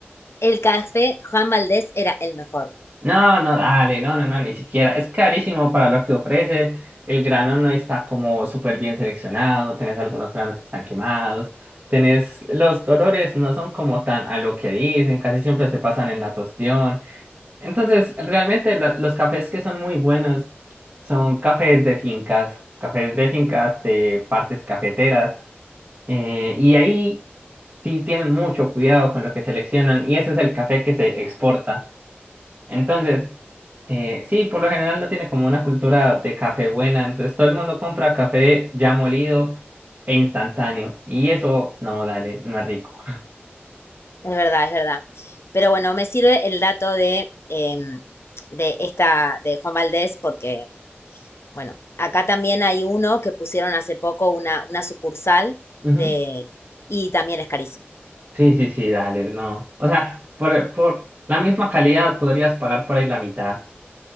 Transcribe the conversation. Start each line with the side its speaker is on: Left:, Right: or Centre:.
Left: el café Juan Valdés era el mejor.
Right: No, no, dale, no, no, no, ni siquiera. Es carísimo para lo que ofrece. El grano no está como súper bien seleccionado, tenés algunos granos que están quemados, tenés los dolores no son como tan a lo que dicen, casi siempre se pasan en la tostión. Entonces, realmente la- los cafés que son muy buenos son cafés de fincas, cafés de fincas de partes cafeteras, eh, y ahí sí tienen mucho cuidado con lo que seleccionan, y ese es el café que se exporta. Entonces, eh, sí, por lo general no tiene como una cultura de café buena, entonces todo el mundo compra café ya molido e instantáneo, y eso, no, dale, no es rico.
Left: Es verdad, es verdad. Pero bueno, me sirve el dato de, em, de esta, de Juan Valdés, porque, bueno, acá también hay uno que pusieron hace poco una, una sucursal
Right: <laughs>
Left: de, y también es carísimo.
Right: Sí, sí, sí, dale, no. O sea, por, por la misma calidad podrías pagar por ahí la mitad